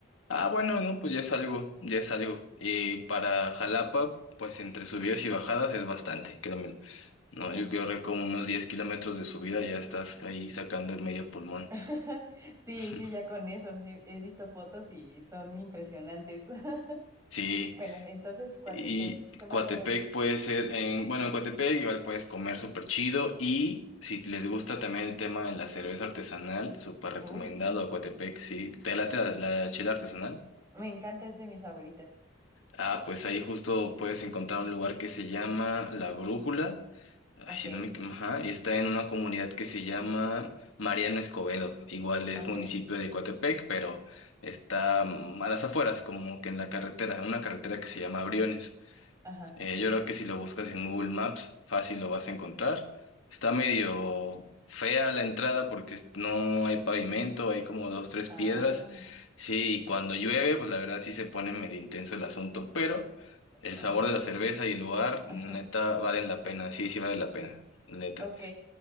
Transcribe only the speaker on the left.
ah, bueno, no, pues ya es algo,
ya es algo. Y para Jalapa, pues entre subidas y bajadas es bastante, créeme. No,
yo creo
que como unos 10 kilómetros de subida ya estás ahí sacando el medio pulmón.
<laughs>
Sí.
Y
Coatepec
puede ser en, bueno, en Coatepec igual puedes comer súper chido y si les gusta también el tema de la cerveza artesanal, súper recomendado
a Coatepec, sí. ¿Te late la, la chela artesanal?
Ah, pues ahí justo puedes encontrar un lugar que se llama La Brújula. Ay,
si no me, equi- ajá, está en una comunidad que se llama Mariano Escobedo. Igual es
municipio de Coatepec, pero está mm, a las afueras, como que en la carretera, una carretera que se llama Briones.
Eh, yo creo que si lo buscas en Google Maps, fácil lo vas a encontrar. Está medio fea la entrada porque no hay pavimento, hay como dos, tres
piedras. Sí, y cuando llueve, pues la verdad sí se pone medio intenso el asunto, pero el
sabor de la cerveza y el lugar, neta,
valen la pena. Sí, sí vale la pena, neta.